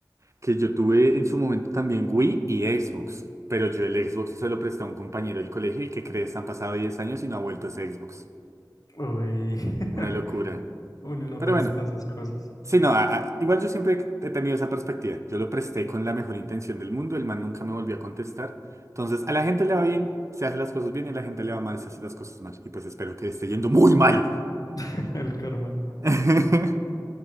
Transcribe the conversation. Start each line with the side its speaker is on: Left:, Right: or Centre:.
Right: que yo tuve en su momento también Wii y Xbox. Pero yo el Xbox se lo presté a un compañero del colegio y que crees, han pasado 10 años y no ha vuelto ese Xbox.
Left: Uy. <laughs>
Right: Una locura.
Left: Uno no
Right: Pero
Left: presta
Right: bueno,
Left: esas cosas.
Right: Sí, no, a- a- igual yo siempre he tenido esa perspectiva. Yo lo presté con la mejor intención del mundo, el man nunca me volvió a contestar. Entonces, a la gente le va bien, se hace las cosas bien, y a la gente le va mal, se hace las cosas mal. Y pues espero que le esté yendo muy mal.
Left: <laughs> El karma.
Right: <laughs>